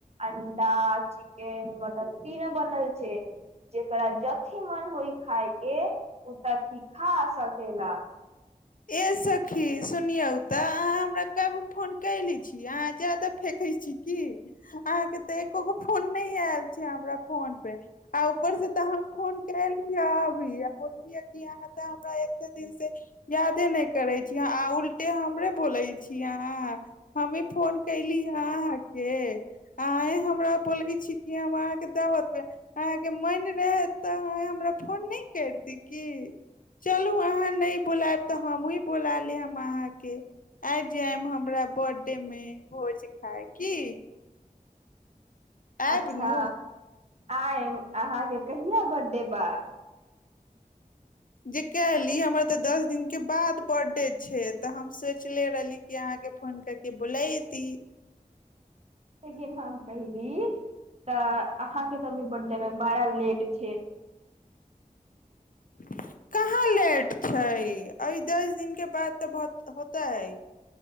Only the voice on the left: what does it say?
ए सब खी सुनियौ तऽ अहाँ हमरा कहू फोन क ले छी अहाँ जादा फेकै छी की अहाँके तऽ एको गो फोन नहि आयल छै हमरा फोन पे आ ऊपर से तऽ हम फोन कलहिै अभी आ बोललियै कि अहाँ तऽ हमरा दिन से यादे नहि करे छीय आ उल्टे हमरे बोले छीिय अह हमी फोन कयली हन हे अंह हमरा बोलै छी की हम अहाँके दावत पे अहाँके मन रहे तऽ अह हमरा फोन नहि कर द क चलु अहाँ नहि बुलायब तऽ हमहु बुला ले हम अहा के आ जायब हमरा बर्थडे मे भोज है की आयब
नू
जे कहली हमर तऽ दस दिनके बाद बर्थडे छै तऽ हम सोचले रहली कि अहाँके फोन करके बोलैत ती
<unintelligible> कहाँ लेट छै अभ दस दिन के बाद तऽ बहुत होता है